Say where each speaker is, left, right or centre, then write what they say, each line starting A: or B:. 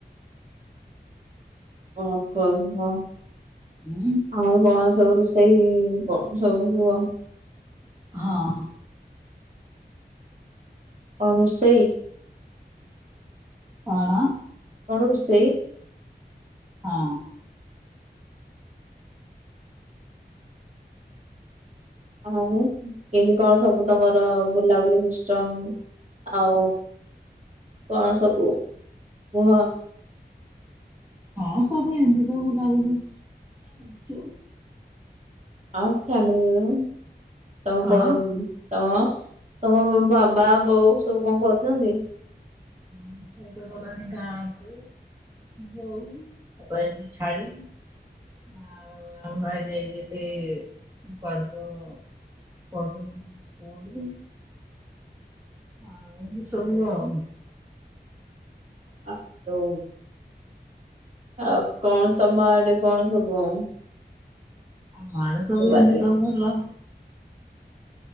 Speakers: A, on the right; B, on the right.
A: ହଁ, କ ହ।
B: ଉଁ।
A: ଆଉ କଣ ସବୁ ରୋଷେଇ କଣ ସବୁ କୁଅ?
B: ହଁ।
A: କଁ ରୋଷେଇ?
B: କଣ?
A: କଣ ରୁଷେଇ?
B: ହଁ।
A: ଆଉ କେମିତି କଣ ସବୁ ତମର ବୁଲାବୁଲି ସିଷ୍ଟମ? ଆଉ କଣ ସବୁ କୁହ?
B: ହଁ ସବୁ ଏମିତି ସବୁ ବୁଲାବୁଲି ଚାଲିଚି।
A: ଆଉ ଫ୍ୟାମିଲିରେ <unintelligible>
B: କଣ?
A: ଅ ତମ ବାବା ବୋଉ ସବୁ କଣ କରୁଛନ୍ତି?
B: ହୁଁ ସେ ଏବେ ଗଲାଣି ଗାଁକୁ। ବୋଉ ବାପା ଯାଇଛନ୍ତି ଛାଡ଼ି। ଆଉ ଆମା ଯାଇଛନ୍ତି କୁଆଡ଼େ ତ? ପଢ଼ୁ <unintelligible> ସ୍କୁଲୁ। ଆଉ ଏନ୍ତି ସବୁ ଆଉ।
A: ଆ ଉ ଆଉ କଣ ତମ ଆଡ଼େ କଣ ସବୁ ଆଉ?
B: ଆମ ଆଡ଼େ ସବୁ
A: ଆଜି?
B: ଏନ୍ତି ସବୁ ଭଲ।